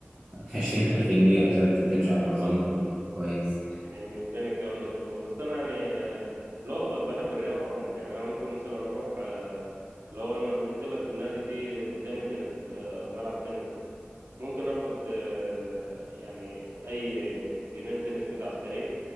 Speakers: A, on the right (about 25°); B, on the right (about 70°).
A: عشرين ألف جنيه عشان ت- تمشي على
B: بالظبط
A: نظام
B: أنا
A: كويس
B: يعني من فين الكلام ده كله بس انا يعني آه، اللي هو ب- بحب الرياضه عموما يعني انا ممكن مثلا اروح آه، اللي هو انا قلت لك في النادي في قدامي تنس اللي هو ملعب تنس ممكن اخد آه، يعني اي جيمين تنس كده على السريع